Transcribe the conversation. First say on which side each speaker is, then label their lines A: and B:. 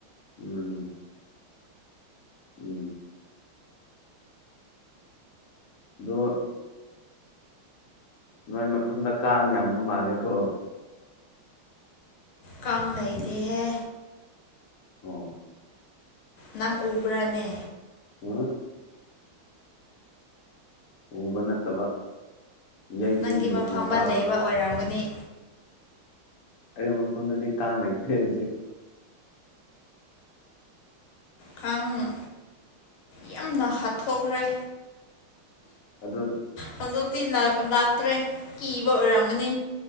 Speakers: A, on the left; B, on the left.
A: ꯎꯝ ꯎꯝ꯫ ꯑꯗꯣ ꯅꯣꯏ ꯃꯐꯝꯗ ꯀꯥꯡ ꯌꯥꯝꯕ ꯃꯥꯜꯂꯦꯀꯣ
B: ꯀꯥꯡ ꯂꯩꯗꯤꯍꯦ
A: ꯎꯝ
B: ꯅꯪ ꯎꯕ꯭ꯔꯥꯅꯦ
A: ꯎꯝ ꯎꯕ ꯅꯠꯇꯕ ꯌꯩꯕꯒꯤ
B: ꯅꯪꯒꯤ
A: ꯃꯈꯣꯟ
B: ꯃꯐꯝꯗ
A: ꯇꯥꯕ
B: ꯂꯩꯕ ꯑꯣꯏꯔꯝꯒꯅꯤ
A: ꯑꯔꯤꯕ ꯃꯐꯝꯗꯨꯗꯤ ꯀꯥꯡ ꯂꯩꯇꯦ ꯍꯧꯖꯤꯛ
B: ꯀꯥꯡꯥꯡ ꯌꯥꯝꯅ ꯍꯥꯊꯣꯛꯈ꯭ꯔꯦ
A: ꯑꯗꯨ
B: ꯍꯧꯖꯤꯛꯇꯤ ꯂꯥꯛꯇ꯭ꯔꯦ ꯀꯤꯕ ꯑꯣꯏꯔꯝꯒꯅꯤ